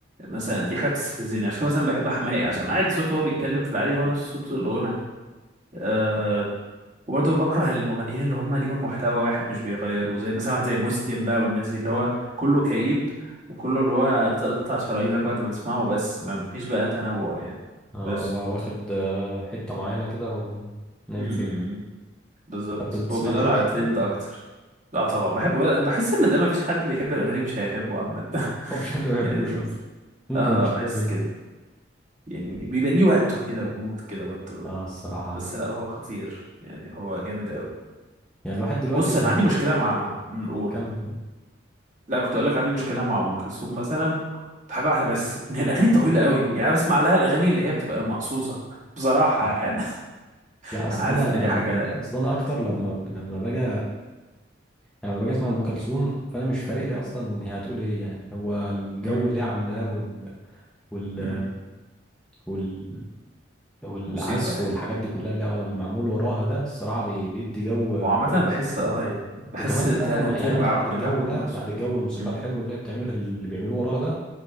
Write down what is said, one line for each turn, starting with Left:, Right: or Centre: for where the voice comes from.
Right: مثلا دي حاجه بتستفزني عشان كده مثلا بحب حماقي عشان عادي صوته وهو بيتكلم في العادي هو نفس صوت الغنى آه، وبرضه بكره المغنيين اللي هم ليهم محتوى واحد مش بيغيروه زي مثلا واحد زي مسلم بقى والناس دي اللي هو كله كئيب وكله اللي هو تقطع شرايينك بعد ما تسمعه بس ما فيش بقى تنوع يعني
Centre: اه
Right: بس
Centre: وا- واخد آه، حته معينه كده ونايم
Right: امم
Centre: فيها
Right: بالظبط
Centre: طب بتسمع
Right: هو بيدور
Centre: لجورج
Right: على ترند
Centre: طيب
Right: اكتر لا طبعا بحب بحس ان ده ما فيش حد بيحب الاغاني مش هيحبه عامه <laughs>
Centre: هو مفيش حد ما
Right: يعني
Centre: بيحبوش اصلا ممكن
Right: اه
Centre: مفيش
Right: بحس
Centre: حد ما بيحبوش
Right: كده يعني بيبقى ليه وقته كده ومود كده برضه
Centre: اه الصراحه
Right: بس لا هو خطير يعني هو جامد قوي
Centre: يعني الواحد دلوقتي
Right: بص
Centre: بقى
Right: انا عندي مشكله مع قول
Centre: كمل
Right: لا كنت اقول لك عندي مشكله مع ام كلثوم مثلا في حاجه واحده بس ان هي الاغاني طويله قوي يعني أنا بسمع لها الاغاني اللي هي بتبقى مقصوصه بصراحه
Centre: آه،
Right: يعني <laughs>
Centre: لا اصل
Right: انا عارف
Centre: انا
Right: ان دي حاجه
Centre: اصل انا اكتر لما
Right: مم.
Centre: لما باجي يعني لما باجي اسمع لام كلثوم فانا مش فارق لي اصلا هي هتقول ايه يعني هو الجو
Right: مم.
Centre: اللي هي عاملاه وال وال
Right: مم.
Centre: وال والعزف
Right: موسيقى يعني
Centre: والحاجات دي كلها اللي اه اللي معمول وراها ده الصراحه بي- بيدي جو
Right: هو عامه
Centre: كويس
Right: أنا بحس
Centre: قوي
Right: اه يعني بحس
Centre: وكمان
Right: تلات
Centre: بقى لما يعني
Right: ارباع
Centre: انت بعد
Right: نجاح
Centre: الجو ده
Right: ام كلثوم
Centre: بعد الجو الموسيقى
Right: مم.
Centre: الحلو اللي هي بتعمل اللي بيعملوه وراها ده